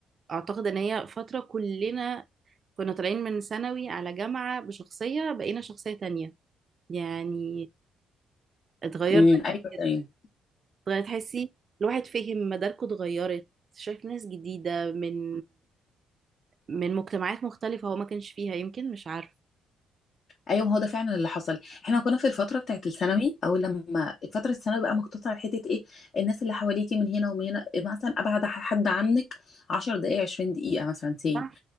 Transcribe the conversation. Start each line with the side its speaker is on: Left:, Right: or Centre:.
Right: اعتقد ان هي فتره كلنا كنا طالعين من ثانوي على جامعه بشخصيه بقينا شخصيه تانية يعني اتغيرنا
Left: امم ايوه
Right: كتير
Left: تمام
Right: اتغيرت تحسي الواحد فهم مداركه اتغيرت شايف ناس جديده من من مجتمعات مختلفه هو ما كانش فيها يمكن مش عارف
Left: ايوه ما هو ده فعلا اللي حصل احنا كنا في الفتره بتاعت الثانوي او لما فتره الثانوي بقى مقتصره على حته ايه الناس اللي حواليكي من هنا ومن هنا مثلا ابعد ح- حد عنك 10 دقائق 20 دقيقه مثلا سي
Right: صح